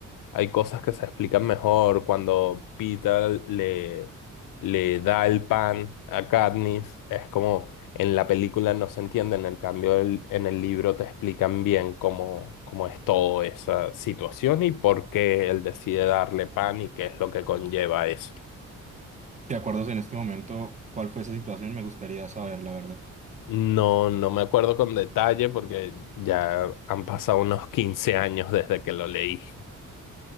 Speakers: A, on the left; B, on the right.
A: hay cosas que se explican mejor cuando Peter le, le da el pan a Katniss. Es como en la película no se entiende, en el cambio el- en el libro te explican bien cómo, cómo es toda esa situación y por qué él decide darle pan y qué es lo que conlleva eso.
B: ¿Te acuerdas en este momento cuál fue esa situación? Me gustaría saber, la verdad.
A: No, no me acuerdo con detalle porque ya han pasado unos 15 años desde que lo leí.